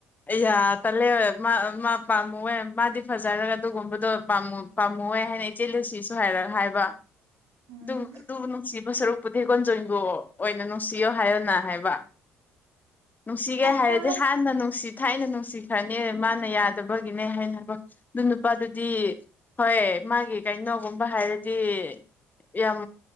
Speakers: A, on the left; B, on the right.
A: ꯌꯥ ꯇꯜꯂꯦ ꯃꯥ ꯄꯥꯝꯃꯨꯍꯦ ꯃꯥꯗꯤ ꯐꯖꯔꯒ ꯑꯗꯨꯒꯨꯝꯕꯗꯣ ꯄꯥꯝꯃꯨ ꯄꯥꯝꯃꯨꯍꯦ ꯍꯥꯏꯅ ꯏꯆꯦ ꯂꯨꯁꯤꯁꯨ ꯍꯥꯏꯔꯕ ꯍꯥꯏꯕ
B: ꯎꯝ
A: ꯗꯨꯗꯨꯕꯨ ꯅꯨꯡꯁꯤꯕ ꯁꯔꯨꯛ ꯄꯨꯊꯦꯛ ꯀꯣꯟꯖꯣꯏꯗꯣ ꯑꯣꯏꯅ ꯅꯨꯡꯁꯤꯌꯣ ꯍꯥꯏꯌꯣꯅ ꯍꯥꯏꯕ ꯅꯨꯡꯁꯤꯒꯦ
B: ꯑꯦ
A: ꯍꯥꯏꯔꯗꯤ
B: ꯇꯜꯂꯦ
A: ꯍꯥꯟꯅ ꯅꯨꯡꯁꯤ ꯊꯥꯏꯅ ꯅꯨꯡꯁꯤꯈ꯭ꯔꯅꯦ ꯃꯥꯅ ꯌꯥꯗꯕꯒꯤꯅꯦ ꯍꯥꯏꯅꯈꯣ ꯑꯗꯨ ꯅꯨꯄꯥꯗꯨꯗꯤ ꯍꯣꯏꯌꯦ ꯃꯥꯒꯤ ꯀꯩꯅꯣꯒꯨꯝꯕ ꯍꯥꯏꯔꯗꯤ ꯌꯥꯝ